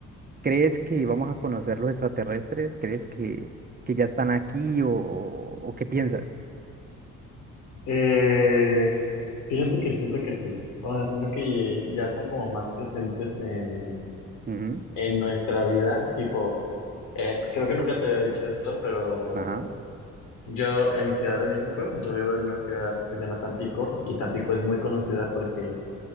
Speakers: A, on the right (about 30°); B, on the left (about 85°).
A: ¿crees que vamos a conocer los extraterrestres? ¿Crees que, que ya están aquí o o qué piensas?
B: Eh, fíjate que siento que sí. O sea, siento que ya están como más presentes en,
A: Ujú,
B: en nuestra vida. Tipo, eh, creo que nunca te había dicho esto, pero
A: Ajá,
B: yo en mi ciudad de México, yo vivo en una ciudad que se llama Tampico y Tampico es muy conocida porque